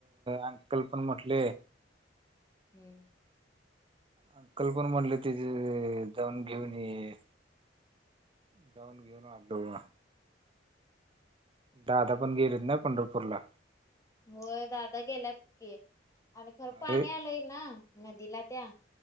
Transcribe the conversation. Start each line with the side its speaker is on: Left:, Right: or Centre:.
Right: अंकल पण म्हटले
Left: हम्म.
Right: अंकल पण म्हणले तेच जाऊन घेऊन ये जाऊन घेऊन आलो मग. दादा पण गेलेत ना पंढरपूरला
Left: होय दादा गेल्यात की आणि खरं पाणी
Right: अरे
Left: आलंय ना नदीला त्या